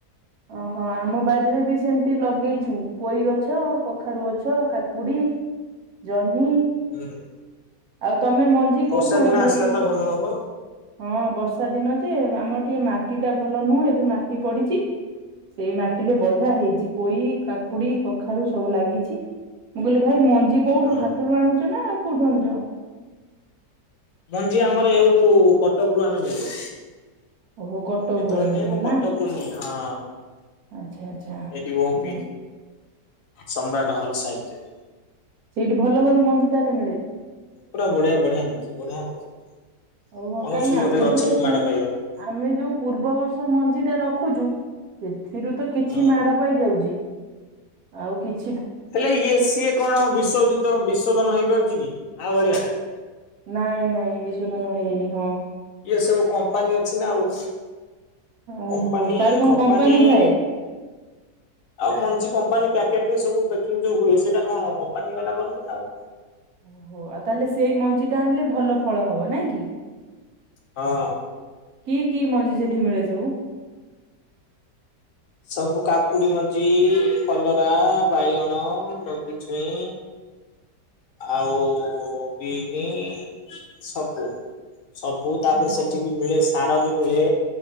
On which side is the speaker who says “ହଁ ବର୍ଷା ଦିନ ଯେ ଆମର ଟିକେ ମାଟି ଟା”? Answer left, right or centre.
Right